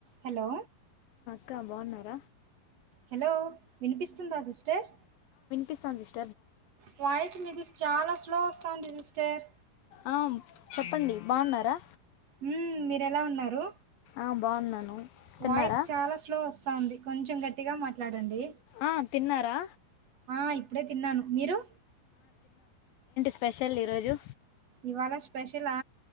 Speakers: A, on the right (about 45°); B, on the left (about 75°).
A: Hello
B: క్కా బావున్నార
A: hello వినిపిస్తుందా సిస్టర్
B: పిస్పంది సి
A: వాయిస్ మీది చాలా స్ స్లో వస్తాంది సిస్టర్
B: ఆ మ్ చెప్పండి బాగున్నారా
A: మ్మ్ మీరు ఎలా ఉన్నారు
B: ఆ బాగున్నాను తిన్నారా
A: వాయిస్ చాలా స్లో వస్ తా ఉంది కొంచెం గట్టిగా మాట్లాడండి
B: ఆ తిన్నారా
A: ఆ ఇప్పుడే తిన్నాను మీరు
B: స్పెషల్ ఈరోజు
A: ఇవాళ స్పెషలా